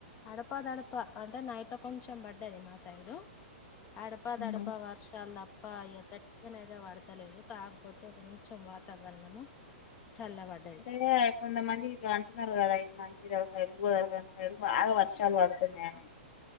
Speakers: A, on the left; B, on the left.
A: అడపా తడపా అంటే నైట్ లో కొంచెం పడ్డది మా సైడు అడపా తడపా
B: ఉమ్.
A: వర్షాలు దప్పా ఇక గ టీగ అయితే పడతలేదు కాకపోతే ఒక కొంచెం వాతావరణము చల్లబడ్డది
B: అంటే కొంతమంది ఇ అంటున్నారు కదా ఇటు మంచిది సైడ్ గోదవర సైడ్ బాగా వర్షాలు పడుతున్నాయిని